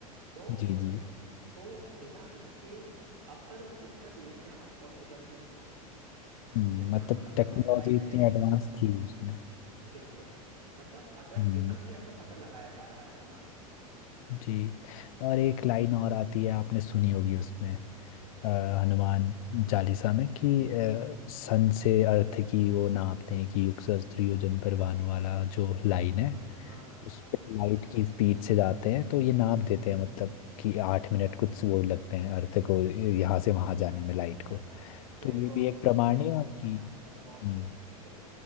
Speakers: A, on the right; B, on the left.
A: तो
B: जी जी
A: तो बिना इसके अपर पिक्चर लेना पॉसिबल ही नहीं है
B: हम्म,
A: जैसे
B: मतलब
A: हम लोग अभी
B: टेक्नोलॉजी
A: सैटेलाइट
B: इतनी
A: से
B: एडवांस थी उसमें
A: बिल्कुल मतलब अगर
B: हम्म
A: थी तभी ऐसा पता लगाया जा रहा है ना
B: जी और
A: है ना
B: एक लाइन और आती है आपने सुनी होगी उसमें
A: जी
B: अ, हनुमान चालीसा में कि अ, सन से अर्थ की वो नापते हैं कि युग सहस्त्र योजन पर भानु वाला जो लाइन है
A: हाँ हाँ हाँ
B: उस पे लाइट की स्पीड से जाते हैं तो ये नाप देते हैं मतलब कि आठ
A: हम्म
B: मिनट कुछ वो लगते हैं अर्थ को
A: जी
B: यहाँ से वहां जाने में लाइट
A: अर्थ
B: को
A: हाँ किरण
B: तो ये
A: को
B: भी एक प्रमाण
A: धरती
B: है कि
A: तक पहुंचने
B: हम्म,
A: में बिल्कुल